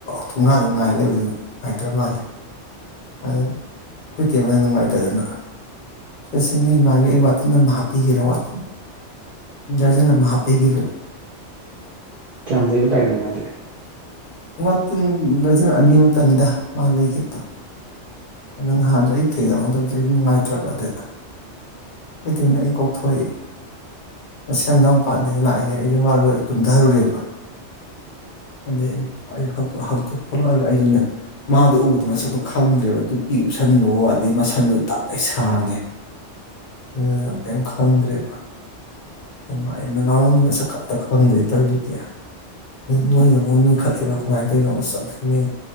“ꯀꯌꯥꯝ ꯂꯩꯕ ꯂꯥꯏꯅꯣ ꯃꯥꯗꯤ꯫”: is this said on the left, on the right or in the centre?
Right